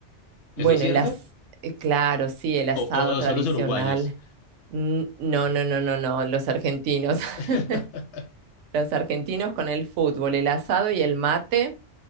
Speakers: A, on the left (about 70°); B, on the right (about 85°).
A: ¿Eso
B: Bueno,
A: es cierto?
B: el as... eh, claro, sí, el asado
A: ¿O, o, o
B: tradicional.
A: son los uruguayos?
B: N- No, no, no, no, no, los argentinos.
A: <laughs>
B: <laughs> Los argentinos con el fútbol, el asado y el mate.